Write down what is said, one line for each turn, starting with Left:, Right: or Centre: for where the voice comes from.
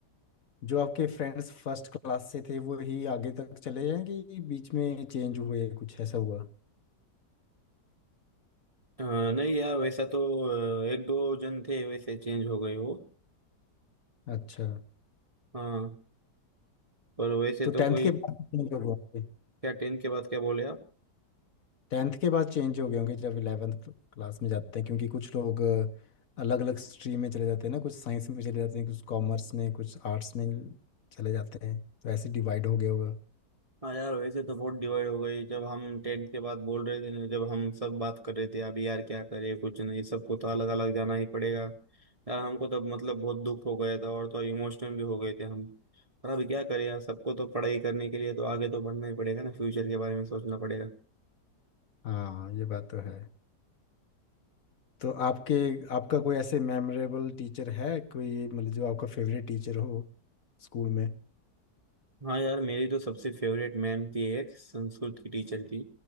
Left: जो आपके फ्रेंड्स फर्स्ट क्लास से थे वो ही आगे तक चले हैं कि बीच में चेंज हुए कुछ ऐसा हुआ
Right: अ, नहीं यार वैसा तो अ, एक दो जन थे वैसे चेंज हो गए वो
Left: अच्छा
Right: हाँ पर वैसे
Left: तो
Right: तो
Left: टेंथ
Right: कोई
Left: के बाद चेंज हो गए होंगे
Right: क्या टेंथ के बाद क्या बोले आप
Left: टेंथ के बाद चेंज हो गए होंगे जब इलेवेंथ क्लास में जाते हैं क्योंकि कुछ लोग अलग अलग स्ट्रीम में चले जाते हैं ना कुछ साइंस में चले जाते हैं कुछ कॉमर्स में कुछ आर्ट्स में चले जाते हैं तो ऐसे डिवाइड हो गया होगा
Right: हाँ यार वैसे तो बहुत डिवाइड हो गई जब हम टेंथ के बाद बोल रहे थे ना जब हम सब बात कर रहे थे अभी यार क्या करें कुछ नहीं सबको तो अलग अलग जाना ही पड़ेगा यार हमको तब मतलब बहुत दुख हो गया था और तो इमोशनल भी हो गए थे हम पर अभी क्या करें यार सबको तो पढ़ाई करने के लिए तो आगे तो बढ़ना ही पड़ेगा ना फ्यूचर के बारे में सोचना पड़ेगा
Left: हाँ ये बात तो है तो आपके आपका कोई ऐसे मेमोरेबल टीचर है कोई मतलब जो आपका फेवरेट टीचर हो स्कूल में
Right: हाँ यार मेरी तो सबसे फेवरेट मैम थी एक संस्कृत की टीचर थी